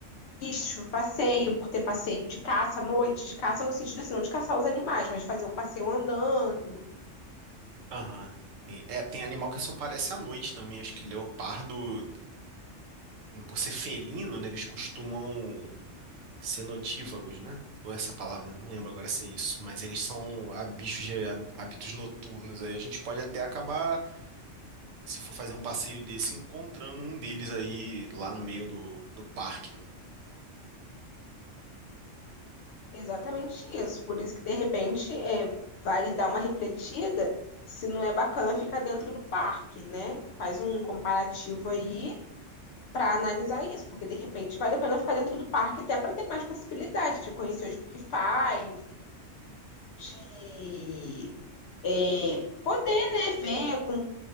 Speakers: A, on the left; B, on the right.
A: para passeio, por ter passeio de caça à noite, de caça no sentido assim, não de caçar os animais, mas fazer um passeio andando.
B: Aham. Tem- É, tem animal que só aparece à noite também. Acho que leopardo, por ser felino, né? Eles costumam. cenotívagos, né? Ou essa palavra, não lembro agora se é isso, mas eles são ah, bichos de há- hábitos noturnos. Aí a gente pode até acabar, se for fazer um passeio desse, encontrando um deles aí lá no meio do, do parque, né?
A: Exatamente isso. Por isso que de repente é, vale dar uma refletida se não é bacana ficar dentro do parque, né? Faz um comparativo aí para analisar isso, porque de repente vale a pena ficar dentro do parque até para ter mais possibilidade de conhecer os Big Five, de é, poder, né, ver com